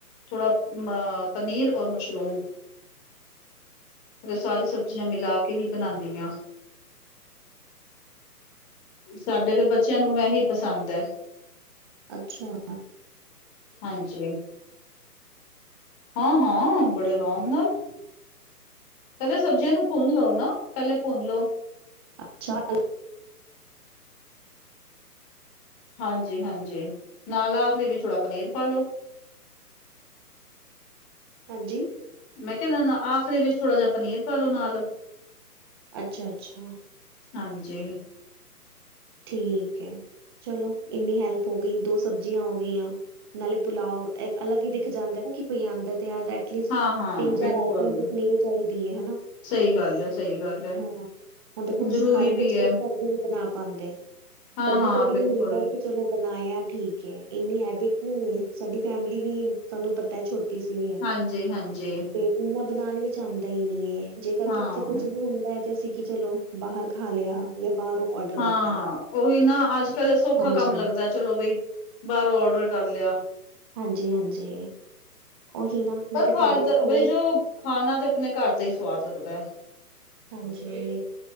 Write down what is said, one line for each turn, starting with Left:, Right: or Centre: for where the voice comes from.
Left: ਥੋੜਾ ਅ ਪਨੀਰ ਔਰ ਮਸ਼ਰੂਮ। ਫ ਸਾਰੀ ਸਬਜ਼ੀਆਂ ਮਿਲਾ ਕੇ ਹੀ ਬਣਾਉਂਦੀ ਹਾਂ। ਸਾਡੇ ਦੇ ਬੱਚਿਆਂ ਨੂੰ ਇਹੀ ਪਸੰਦ ਹੈ।
Right: ਅੱਛਾ।
Left: ਹਾਂਜੀ। ਹਾਂ -ਹਾਂ, ਬੜੇ ਆਰਾਮ ਨਾਲ। ਪਹਿਲੇ ਸਬਜ਼ੀਆਂ ਨੂੰ ਭੁੰਨ ਲਓ ਨਾ, ਪਹਿਲੇ ਭੁੰਨ ਲਓ।
Right: ਅੱਛਾ।
Left: ਹਾਂਜੀ- ਹਾਂਜੀ। ਨਾਲ ਆਖਰੀ ਵੀ ਥੋੜ੍ਹਾ ਪਨੀਰ ਪਾ ਲੋੋ।
Right: ਹਾਂਜੀ।
Left: ਮੈਂ ਕਿਹਾ, ਆਖਰੀ ਵਿੱਚ ਥੋੜ੍ਹਾ ਜਿਹਾ ਪਨੀਰ ਪਾ ਲ ਲੋ ਨਾਲ।
Right: ਅੱਛਾ -ਅੱਛਾ।
Left: ਹਾਂਜੀ।
Right: ਠੀਕ ਹੈ। ਚਲੋ ਇੰਨੀ ਹੈਲਪ ਹੋ ਗਈ, ਦੋ ਸਬਜ਼ੀਆਂ ਹੋ ਗਈਆਂ ਨਾਲੇ ਪੁਲਾਵ। ਅਲੱਗ ਹੀ ਦਿਖ ਜਾਂਦਾ ਕਿ ਕੋਈ ਆਉਂਦਾ ਤੇ ਯਾਰ ਰਹਿ। ਟ
Left: ਹਾਂ-ਹਾਂ
Right: ਤਿੰਨ- ਚਾਰ
Left: ਬਿਲਕੁਲ
Right: ਆਈਟਮ ਦੇ ਨਰੇ ਚਾਹੀਦੀ ਏ ਹਨਾ।
Left: ਸਹੀ ਗੱਲ ਹੈ ਸਹੀ ਗੱਲ
Right: ਹੈ। ਹੁਣ ਦੇਖਲ
Left: ਜ਼ਰੂਰੀ
Right: ਹਰ ਕੁਛ
Left: ਵੀ ਹੈ
Right: ਕੁ ਕਰ ਵੀ ਵੀ ਬਣਾ ਪਾਉਂਦੇ।
Left: ਹਾਂ-ਹਾਂ
Right: ਕਦੀ- ਕਦੀ
Left: ਬਿਲਕੁਲ
Right: ਇਹ ਹੁੰਦਾ ਕਿ ਚਲੋ ਬਣਾਇਆ ਠੀਕ ਏ। ਇੰਨੀ ਹੈਬਿਟ ਨ ਸਾਡੀ ਫੈਮਿਲੀ ਵੀ ਤੁਹਾਨੂੰ ਪਤਾ ਛੋ ਉਸੇ,
Left: ਹਾਂਜੀ-ਹਾਂਜੀ।
Right: ਤੇ ਇਨਾ ਬਣਾਉਣ ਵਿੱਚ ਆਉਂਦਾ ਹੀ ਨੀ ਇਹ। ਜੇਕਰ
Left: ਹਾਂ-ਹਾਂ
Right: ਕਿੱਥੇ ਕੁੱਝ ਵੀ ਹੁੰਦਾ ਹੈ ਤੇ ਅਸੀਂ ਕਿ ਚਲੋ ਬਾਹਰ ਖਾ ਲਿਆ ਜਾਂ ਬਾਹਰ ਉਹ ਔਡਰ ਕਰ
Left: ਹਾਂ।
Right: ਲਿਆ
Left: ਉਹੀ ਨਾ ਅੱਜ ਕੱਲ ਸੌਖਾ
Right: ਹਾਂਜੀ
Left: ਕੰਮ ਲੱਗਦਾ ਚਲੋ ਬਈ ਬਾਹਰੋਂ ਔਡਰ ਕਰ ਲਿਆ।
Right: ਹਾਂਜੀ- ਹਾਂਜੀ। ਉਹੀ ਨਾ ਮੈਂ
Left: ਪਰ
Right: ਕਿਹਾ
Left: ਖਰ
Right: ਤੁਹਾਡੇ ਇੱਥੇ
Left: ਦਾ ਬਈ ਜੋ ਖਾਣਾ ਤੇ ਆਪਣੇ ਘਰ ਦਾ ਹੀ ਸਵਾਦ ਲੱਗਦਾ ਹੈ।
Right: ਹਾਂਜੀ।